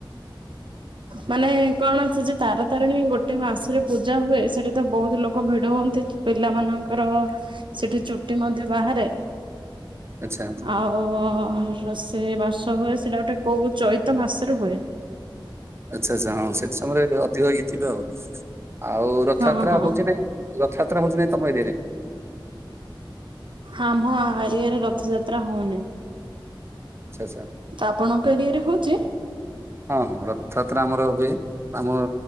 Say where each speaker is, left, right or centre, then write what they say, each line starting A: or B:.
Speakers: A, on the right; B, on the right.
A: ମାନେ କଣ ସେ ଯେ ତାରା ତାରିଣୀ ଗୋଟେ ମାସରେ ପୂଜା ହୁଏ ସେଠି ତ ବହୁତ ଲୋକ ଭିଡ ହୁଅନ୍ତି ପିଲା ମାନଙ୍କର ସେଠି ଚୁଟି ମଧ୍ୟ ବାହାରେ।
B: ଆଚ୍ଛା
A: ଆଉ ରୋସେଇ ବାସ ହୁଏ ସେଇଟା ଗୋଟେ କୋଉ ଚୈତ ମାସରେ ହୁଏ।
B: ଆଚ୍ଛା ଆଚ୍ଛା ହଁ ସେଠି ସମୟରେ ଅଧିକ ଇଏଥିବେ ଆଉ ଆଉ ରଥଯାତ୍ରା
A: ହଁ ହଁ
B: ହଉଛି ନାଇଁ? ରଥଯାତ୍ରା ହଉଛି ନା ନାଇଁ ତମ ଏରିଆ ରେ?
A: ଆମହ ହରିଆରେ ରଥଯାତ୍ରା ହଉନାହିଁ।
B: ଆଚ୍ଛା ଆଛା।
A: ତ ଆପଣଙ୍କ ଏରିଆରେ ହଉଛି?
B: ହଁଁ ହଁ ରଥଯାତ୍ରା ଆମର ହୁଏ। ଆମ